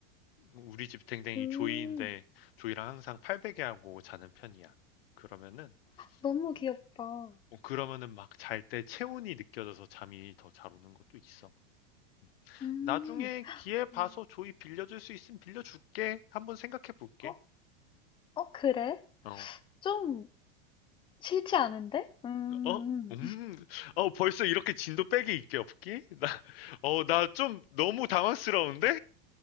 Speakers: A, on the left; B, on the left.
A: 뭐 우리 집 댕댕이
B: 오.
A: 조이인데 조이랑 항상 팔베개 하고 자는 편이야. 그러면은
B: 너무
A: 음.
B: 귀엽다.
A: 어, 그러면은 막 잘 때 체온이 느껴져서 잠이 더 잘 오는 것도 있어. 음.
B: 음,
A: 나중에 기회 봐서
B: 음.
A: 조이 빌려줄 수 있으면 빌려줄게. 한번 생각해 볼게.
B: 어? 어, 그래?
A: 어,
B: 좀 싫지 않은데? 음,
A: 어, 음, 어 벌써 이렇게 진도 빼기 있게 없기? 나, 어, 나 좀 너무 당황스러운데?